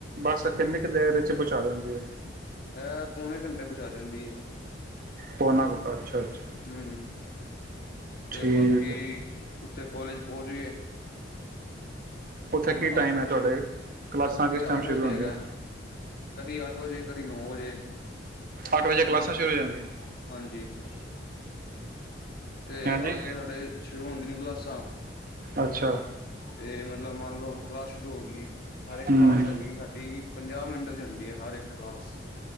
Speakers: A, on the right; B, on the left.
A: ਬੱਸ ਕਿੰਨੀ ਕੁ ਦੇਰ ਚ ਪੂਚਾ ਦਿੰਦੀ ਐ?
B: ਐ, ਪੌਣੇ ਘੰਟੇ ਚ ਪਹੁੰਚਾ ਦਿੰਦੀ ਆ।
A: ਪੌਨਾ ਘੰਟਾ ਅੱਛਾ ਅੱਛਾ
B: ਹਮ,
A: ਠੀਕ
B: ਤੇ ਬਾਕੀ
A: ਹੈ
B: ਉੱਥੇ ਕੋਲੇਜ ਪਹੁੰਚਗੇ।
A: ਉੱਥੇ
B: ਹੁਣ
A: ਕੀ ਟਾਈਮ
B: ਅੱਠ ਵਜੇ,
A: ਹੈ
B: ਸ਼ੁਰੂ
A: ਤੁਹਾਡੇ ਕਲਾਸਾਂ
B: ਉੱਥੇ
A: ਕਿਸ ਟਾਈਮ
B: ਅੱਠ
A: ਸ਼ੁਰੂ
B: ਵਜੇ
A: ਹੁੰਦੀਆਂ
B: ਹੈਗਾ, ਕਦੀ ਅੱਠ ਵਜੇ, ਕਦੀ ਨੌ ਵਜੇ।
A: ਅੱਠ ਵਜੇ ਕਲਾਸਾਂ ਸ਼ੁਰੂ ਹੋ ਜਾਂਦੀਆਂ
B: ਹਾਂਜੀ ਤੇ,
A: ਹਾਂਜੀ
B: ਅੱਠ ਵਜੇ ਸਾਡੇ ਸ਼ੁਰੂ ਹੁੰਦੀ ਨੇ ਕਲਾਸ ਸਾ
A: ਅੱਛਾ
B: ਤੇ, ਮ ਮੰਨ ਲਓ ਕਲਾਸ ਸ਼ੁਰੂ ਹੋ ਗਈ ਏ। ਹਾਲੇ
A: ਹਮ
B: ਕਲਾਸ ਹੈਗੀ ਸਾਡੀ ਪੰਜਾਹ ਮਿੰਟਾ ਦੀ ਹੁੰਦੀ ਹੈ, ਹਰ ਇੱਕ ਕਲਾਸ।